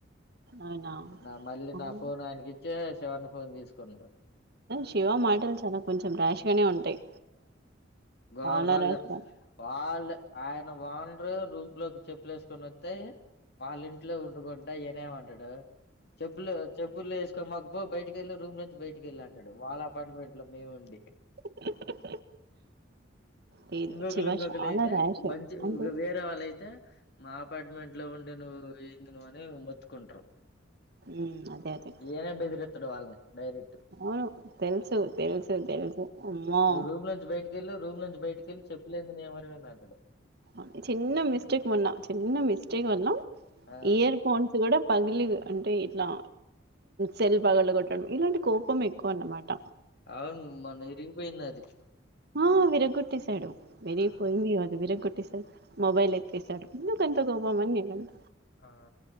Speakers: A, on the right (about 55°); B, on the left (about 60°).
A: అవునా
B: నా మళ్ళీ
A: ఉమ్.
B: నా ఫోన్ ఆయనకి ఇచ్చే శివన్న ఫోన్ తీసుకుండు
A: శివ మాటలు చాలా కొంచెం ర్యాష్ గానే ఉంటాయి
B: గోల
A: చాలా
B: గోల
A: ర్యాష్
B: చెప్
A: గా
B: వాళ్ళే ఆయన ఓనరు రూమ్ లోకి చెప్పలేసుకొని వత్తే వాళ్ళ ఇంట్లో ఉండుకుంటొ ఈనేమంటాడు చెప్పులు చెప్పుల్లేసుకోమాకు పో బయటికెళ్ళు రూమ్ లో నుంచి బయటకెళ్ళు అంటాడు వాళ్ళ అపార్ట్మెంట్ లో మేము ఉండి
A: ఆ. లేదు
B: ఇంగొకల్లు
A: శివ
B: ఇంగొకల్లు
A: చాలా
B: ఐతే
A: ర్యాష్
B: మంచి <unintelligible>
A: అంటే
B: వే రే వాళ్ళయితే మా అపార్ట్మెంట్ లో ఉండి నువ్వు ఏంది నువ్వు అని మొత్తుకుంటారు
A: ఉమ్ అదే అదే
B: ఈయనే బెదిరిత్తడు వాళ్ళని డైరె
A: అవును తెలుసు తెలుసు తెలుసు అమ్మో
B: నువ్వు రూమ్ లోంచి బయటికెల్లు రూమ్ లోంచి బయటకెళ్ళి చెప్పులేంది ఇన్ని ఎవరివనంతాండు
A: ఒకే చిన్న మిస్టేక్ మొన్న చిన్న మిస్టేక్ వల్ల
B: ఆ
A: ఇయర్ ఫోన్స్ కూడా పగిలి అంటే ఇట్లా సెల్ పగళ్లు కొట్టడం ఇలాంటి కోపం ఎక్ కొన్నమాట
B: అవును మొన్న విరిగిపోయింది అది
A: ఆ విరగ్ గొట్టేసాడు విరిగిపోయింది
B: ఆ
A: గాదు విరగ్గట్టేసాడు మొబైల్ ఎత్తేసాడు ఎందు కంత గోబం అన్ నేనంత
B: ఆ